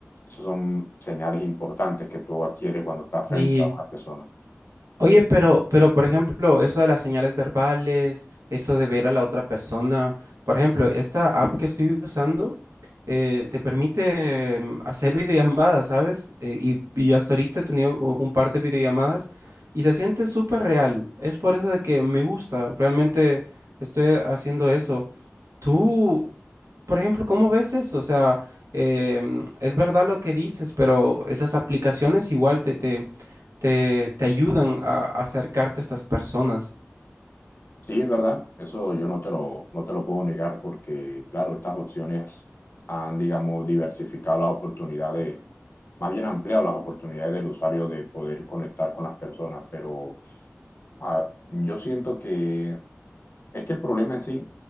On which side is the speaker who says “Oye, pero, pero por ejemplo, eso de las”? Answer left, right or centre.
Right